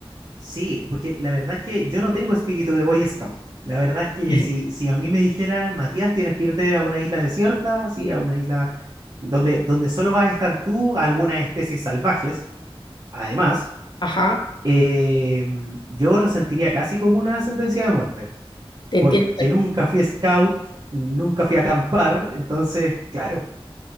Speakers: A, on the right (about 40°); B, on the left (about 50°).
A: sí, porque la verdad es que yo no tengo espíritu de Boy Scout. La verdad es que
B: Sí.
A: si, si a mí me dijeran, Matías, tienes que irte a una isla desierta, sí, a una isla donde, donde solo vas a estar tú, algunas especies salvajes, además,
B: Ajá,
A: eh, yo lo sentiría casi como una sentencia de muerte.
B: te
A: porque
B: entiendo.
A: nunca fui scout, nunca fui a acampar, entonces, claro,